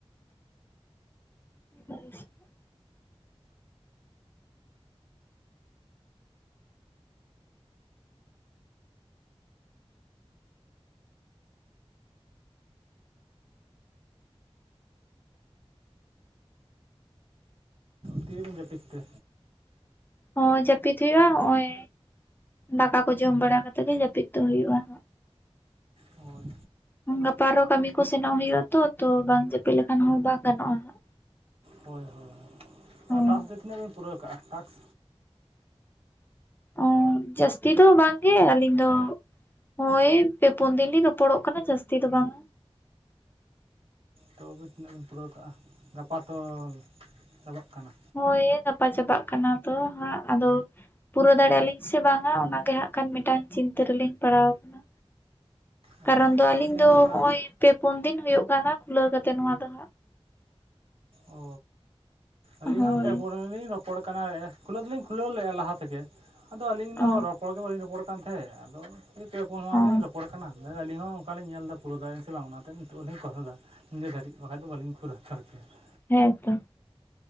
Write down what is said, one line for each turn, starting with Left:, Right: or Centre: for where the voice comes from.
Left: <inaudible>
Right: ᱛᱤ ᱨᱮᱵᱤᱱ ᱡᱟᱹᱯᱤᱫ ᱛᱮ?
Left: ᱦᱚᱸ ᱡᱟᱹᱯᱤᱫ ᱦᱩᱭᱩᱜ-ᱟ ᱦᱚᱸᱜ-ᱚᱭ ᱫᱟᱠᱟ ᱠᱚ ᱡᱚᱢ ᱵᱟᱲᱟ ᱠᱟᱛᱮᱜ ᱜᱮ ᱡᱟᱹᱯᱤᱫ ᱫᱚ ᱦᱩᱭᱩᱜ-ᱟ ᱾
Right: ᱦᱳᱭ
Left: ᱜᱟᱯᱟ ᱟᱨᱦᱚᱸ ᱠᱟᱹᱢᱤ ᱠᱚ ᱥᱮᱱᱚᱜ ᱦᱩᱭᱩᱜ-ᱟ ᱛᱚ, ᱛᱚ ᱵᱟᱝ ᱡᱟᱹᱯᱤᱫ ᱞᱮᱠᱷᱟᱱ ᱦᱚᱸ ᱵᱟᱝ ᱜᱟᱱᱚᱜ-ᱟ ᱾
Right: ᱦᱳᱭ ᱦᱳᱭ
Left: ᱦᱩᱸ
Right: ᱟᱨ ᱴᱟᱥᱠ ᱫᱚ ᱛᱤᱱᱟᱹᱜ ᱵᱮᱱ ᱯᱩᱨᱟᱹᱣ ᱠᱟᱜ-ᱟ ᱴᱟᱥᱠ?
Left: ᱚ ᱡᱟᱹᱥᱛᱤ ᱫᱚ ᱵᱟᱝᱜᱮ ᱟᱹᱞᱤᱧ ᱫᱚ ᱦᱳᱭ ᱯᱮ ᱯᱩᱱ ᱫᱤᱱ ᱞᱤᱧ ᱨᱚᱯᱚᱲᱚᱜ ᱠᱟᱱᱟ ᱡᱟᱹᱥᱛᱤ ᱫᱚ ᱵᱟᱝ ᱾
Right: ᱛᱚ ᱟᱹᱰᱤ ᱛᱤᱱᱟᱹᱜ ᱵᱤᱱ ᱯᱩᱨᱟᱹᱣ ᱠᱟᱜᱼᱟ ᱜᱟᱯᱟ ᱛᱚ ᱪᱟᱵᱟᱜ ᱠᱟᱱᱟ᱾
Left: ᱦᱳᱭ ᱜᱟᱯᱟ ᱪᱟᱵᱟᱜ ᱠᱟᱱᱟ ᱛᱚ ᱦᱟᱸᱜ ᱟᱫᱚ ᱯᱩᱨᱟᱹᱣ ᱫᱟᱲᱮᱭᱟᱜ ᱟᱞᱤᱧ ᱥᱮ ᱵᱟᱝᱟ ᱚᱱᱟᱜ ᱜᱮ ᱦᱟᱸᱜ᱾ ᱠᱷᱟᱱ ᱢᱤᱫᱴᱟᱝ ᱪᱤᱱᱛᱟᱹ ᱨᱮᱞᱤᱧ ᱯᱟᱲᱟᱣ ᱟᱠᱟᱱᱟ
Right: ᱚ
Left: ᱠᱟᱨᱚᱱ ᱫᱚ ᱟᱹᱞᱤᱧ ᱫᱚ
Right: ᱦᱚᱸ ᱚᱱᱠᱟ
Left: ᱦᱚᱜᱼᱚᱭ ᱯᱮ ᱯᱳᱱ ᱫᱤᱱ ᱦᱳᱭᱳᱜ ᱠᱟᱱᱟ ᱠᱷᱩᱞᱟᱹᱣ ᱠᱟᱛᱮᱜ ᱱᱚᱣᱟ ᱫᱚ ᱦᱟᱸᱜ ᱾
Right: ᱚᱻ ᱟᱹᱞᱤᱧ
Left: ᱦᱳᱭ
Right: ᱦᱚᱸ ᱯᱮ ᱯᱩᱨᱟᱹ <unintelligible> ᱞᱤᱧ ᱨᱚᱯ ᱨᱚᱯᱚᱲ ᱠᱟᱱᱟ ᱠᱷᱩᱞᱟᱹᱣ ᱫᱚᱞᱤᱧ ᱠᱷᱩᱞᱟᱹᱣ ᱞᱮᱜᱼᱟ ᱞᱟᱦᱟ ᱛᱮᱜᱮ ᱟᱫᱚ ᱟᱹᱞᱤᱧ ᱫᱚ
Left: ᱚ
Right: ᱨᱚᱯᱚᱲ ᱜᱮ ᱵᱟᱹᱞᱤᱧ ᱨᱚᱯᱚᱲ ᱠᱟᱱᱟ᱾ ᱠᱟᱱ ᱛᱟᱦᱮᱸᱫ ᱟᱫᱚ ᱯᱮ ᱯᱩᱱ ᱢᱟᱦᱟᱸ
Left: ᱚ
Right: ᱞᱤᱧ ᱨᱚᱯᱚᱲ ᱠᱟᱱᱟ᱾ ᱟᱹᱞᱤᱧ ᱦᱚᱸ ᱚᱱᱠᱟᱞᱤᱧ ᱧᱮᱞ ᱮᱫᱟ ᱯᱩᱨᱟᱹᱣ ᱫᱟᱲᱮ ᱟᱞᱤᱧ ᱥᱮ ᱵᱟᱝ ᱚᱱᱟᱛᱮ ᱱᱤᱛᱚᱜ ᱞᱤᱧ ᱠᱚᱞ ᱫᱟ ᱱᱡᱮ ᱫᱷᱟᱹᱨᱤᱡ ᱵᱟᱠᱷᱟᱡ ᱫᱚ ᱵᱟᱹᱞᱤᱧ ᱯᱩᱨᱟᱹᱫᱟ᱾ <unintelligible>
Left: ᱦᱮᱸ ᱛᱚ᱾